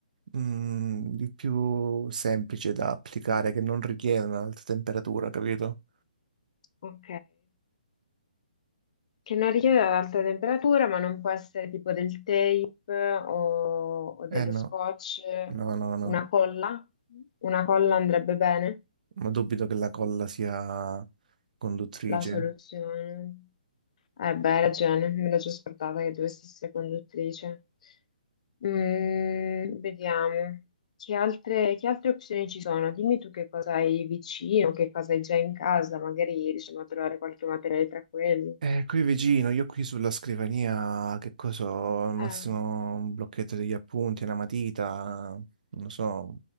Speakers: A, on the right (about 60°); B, on the left (about 55°).
A: mm, di più semplice da applicare, che non richieda un'alta temperatura, capito?
B: Ok. Che non richiede ad alta temperatura, ma non può essere tipo del tape o, o dello
A: Eh no.
B: scotch.
A: No, no, no,
B: Una colla? Una colla andrebbe bene?
A: ma dubito che la colla sia conduttrice.
B: La soluzione. Eh beh, hai ragione, me l'ho già scordata che dovessi essere conduttrice. Mm, vediamo. Che altre, che altre opzioni ci sono? Dimmi tu che cosa hai vicino, che cosa hai già in casa, magari riusciamo a trovare qualche materiale tra quelli.
A: Eh, qui vicino, io qui sulla scrivania, che cosa ho? Al massimo
B: Ah,
A: un blocchetto degli appunti, una matita, non lo so,